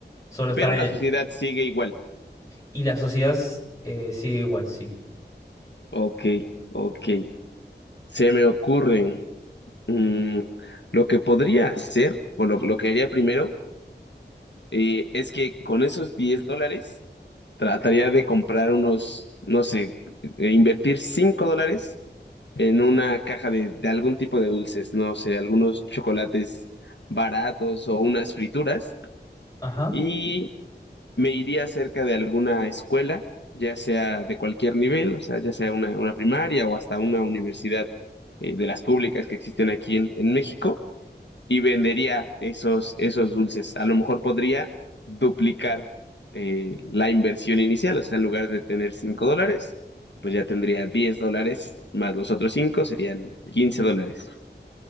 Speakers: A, on the left; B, on the left.
A: Solo estás
B: Pero la
A: en...
B: sociedad sigue igual.
A: Y la sociedad s- eh, sigue igual, sí.
B: Ok, ok. Se me ocurren. Mm, lo que podría hacer, o lo, lo que haría primero, eh, es que con esos 10 dólares trataría de comprar unos, no sé, eh, invertir 5 dólares en una caja de, de algún tipo de dulces, no sé, algunos chocolates baratos o unas frituras,
A: Ajá.
B: y me iría cerca de alguna escuela, ya sea de cualquier nivel, o sea, ya sea una, una primaria o hasta una universidad, eh, de las públicas que existen aquí en en México y vendería esos, esos dulces. A lo mejor podría duplicar eh, la inversión inicial, o sea, en lugar de tener 5 dólares, pues ya tendría 10 dólares, más los otros 5 serían 15 dólares.